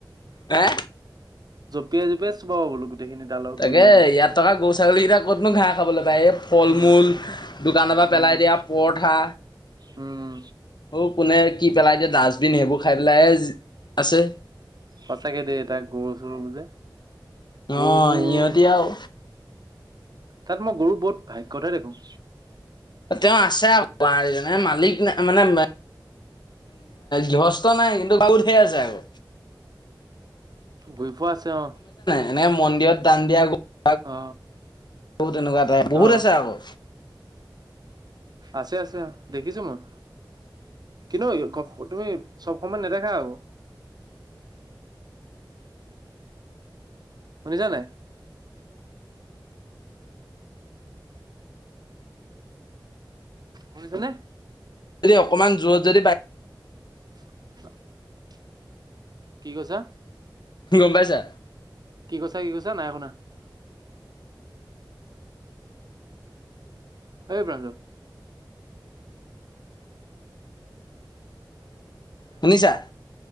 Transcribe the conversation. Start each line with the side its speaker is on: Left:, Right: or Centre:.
Left: হে
Right: জঁপিয়াই জঁপিয়াই চোবাব বোলো। গোটেইখিনি ডালৰ
Left: তাকে
Right: গুৰিলৈকে
Left: ইয়াত থকা গৰু ছাগলী কেইটা ক'তনো ঘাঁহ খাবলৈ পায় এই ফল
Right: উম
Left: মূল দোকানৰ পৰা পেলাই।
Right: উম
Left: দিয়া পৰঠা
Right: উম
Left: অ কোনে কি পেলাই দিয়ে ডাষ্টবিন সেইবোৰ খাই পেলাই আছে
Right: সঁচাকে দেই তাক গৰু চৰু বোৰ যে গৰুবোৰ
Left: অ সিহঁতি আৰু
Right: তাত মই গৰু বহুত ভাগ্যতহে দেখো।
Left: তেওঁ আছে আৰু গুৱ মালিক ন মানে গৃহস্থ নাই কিন্তু গোৱাল ধেই আছে আকৌ
Right: ঘুৰি ফুৰা আছে অ
Left: এনে মন্দিৰত দান দিয়া গ'ল
Right: অ
Left: তেনেকুৱা এটাই বহুত
Right: অ
Left: আছে আকৌ।
Right: আছে আছে অ দেখিছো মই কিন্তু তুমি চব সময় নেদেখা আক শুনিছা নাই কৰিছেনে
Left: যদি অকণমান জোৰত যদি বাই
Right: <inaudible> কি কৈছা
Left: গম পাইছা
Right: কি কৈছা কি কৈছা নাই শুনা অই পাঞ্জল
Left: শুনিছা